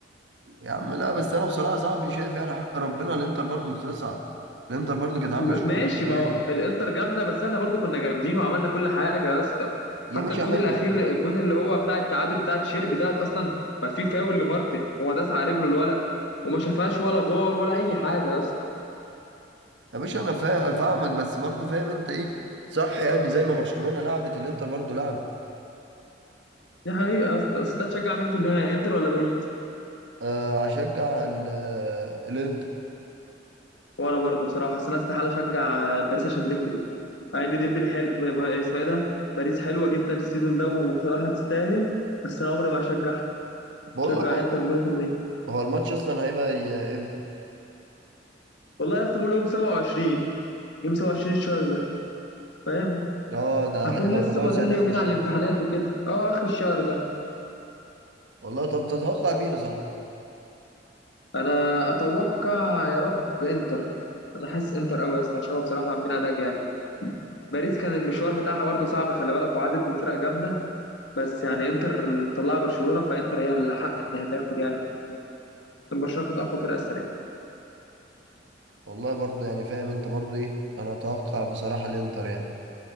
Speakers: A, on the right; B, on the left.
A: يا عم لا بس انا بصراحه صاحبي شايف يعني حق ربنا الانتر برضو تصعد الانتر برضو كانت عامله
B: م-
A: شغل
B: ماشي
A: برضو
B: ما
A: جامد
B: هو الانتر جامده بس احنا برضو كنا جامدين وعملنا كل حاجه يا اسطى
A: يا
B: حتى
A: باشا
B: الجون
A: حلو
B: الاخير الجون اللي هو بتاع التعادل بتاع تشيرب ده اصلا ما في فاول لمارتن هو داس على رجله الولد وما شافهاش ولا فار ولا اي حاجه يا اسطى
A: يا باشا انا فا- فاهمك بس برضو فاهم انت ايه صح يعني زي ما برشلونه لعبت الانتر برضو لعبت
B: دي حقيقه يا اسطى بس انت هتشجع مين في النهايه انتر ولا باريس
A: آه هشجع ال- آه، الانتر
B: وانا برضو بصراحه بس انا استحاله اشجع باريس عشان ديمبلي مع ان ديمبلي حلو ب- ب- اسمه ايه ده باريس حلوه جدا السيزون ده وبصراحه تستاهل بس انا عمري ما هشجع
A: بقول
B: هشجع
A: لك هو
B: انتر مليون في المية
A: هو الماتش اصلا هيبقى ي- امتى
B: والله يا اسطى بقول يوم 27 يوم 27 الشهر ده فاهم
A: اه ده
B: اكون
A: هيبقى
B: لسه
A: خلاص
B: فاضل
A: يعني
B: لي
A: اخر
B: يومين
A: الشهر
B: على الامتحانات وكده اه اخر الشهر ده
A: والله طب تتوقع مين يا صاحبي
B: انا اتوقع يا رب انتر انا حاسس انتر قوي يا اسطى عشان هو بصراحه عاملين اداء جامد باريس كان المشوار بتاعها برضه صعب خلي بالك وعدت من فرق جامده بس يعني انتر اللي مطلعه برشلونه فانتر هي الاحق انها تاخد يعني عشان برشلونه كانت اقوى فرقه السنه دي
A: والله برضو يعني فاهم انت برضو ايه انا اتوقع بصراحه الانتر يعني